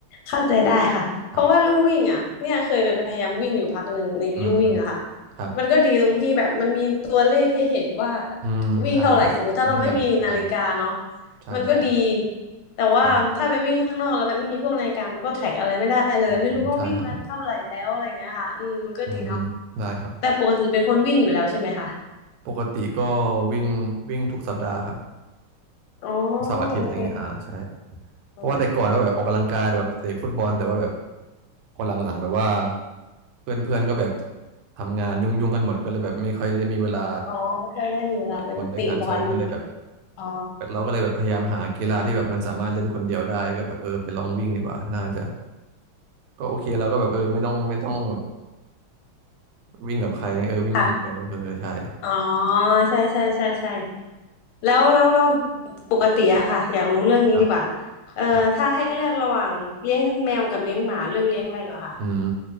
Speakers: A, on the left; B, on the right.
A: เข้าใจได้ค่ะเพราะว่าลู่วิ่งอ่ะเนี่ยเคยไปพยายามวิ่งอยู่พักหนึ่งในลู่วิ่งอะค่ะ
B: ครับอืมอืมครับ
A: มันก็ดีตรงที่แบบมันมีตัวเลขให้เห็นว่า
B: อืมใช่ครับวิ่งเท่าไหร่ใช่
A: วิ่งเท่าไหร่สมมติถ้าเราไม่มีนาฬิกาเนาะ
B: ใช่ใช่
A: มันก็ดีแต่ว่าถ้าไปวิ่งข้างนอกแล้วแบบไม่มีพวกนาฬิกามันก็แทร็กอะไรไม่ได้เลยไม่รู้ว่าวิ่งมันเท่าไหร่แล้วอะไรเงี้ยค่ะอืมมันก็ดีเนาะ
B: ใช่ฮะอืมใช่ฮะอืมอืมได้ครับ
A: แต่ปกติเป็นคนวิ่งอยู่แล้วใช่ไหมคะ
B: ปกติก็วิ่งวิ่งทุกสัปดาห์ครับ
A: อ๋อ
B: ทุกเสาร์อาทิตย์อะไรเงี้ยอ่าใช่
A: โอเค
B: เพราะว่าแต่ก่อนก็แบบออกกำลังกายแต่แบบเตะฟุตบอลแต่ว่าแบบ
A: อ๋อ
B: พอหลังๆแบบว่าเพื่อนๆก็แบบทำงานยุ่งๆกันหมดก็เลยแบบไม่ค่อยได้มีเวลา
A: อ๋อไม่ค่อยได้มีเวลาไปติบอล
B: เตะบอลด้วยการใช้ก็เลยแบบ
A: อ๋อ
B: เราก็เลยแบบพยายามหากีฬาที่แบบมันสามารถเล่นคนเดียวได้ก็แบบเออไปลองวิ่งดีกว่าน่าจะก็โอเคเราก็แบบเออไม่ <clears throat> ต้องไม่ต้องแบบวิ่งกับใครเออวิ่งคนเดียวเออใช่
A: ค่ะอ๋อใช่ใช่ใช่ใช่แล้วแล้วแล้วปกติอะค่ะอยากรู้เรื่องนี้ดีกว่า
B: ครับ
A: เอ่อถ้าให้เลือกระหว่างเลี้ยงแมวกับเลี้ยงหมาเลือกเลี้ยงอะไรเหรอคะ
B: ครับอืม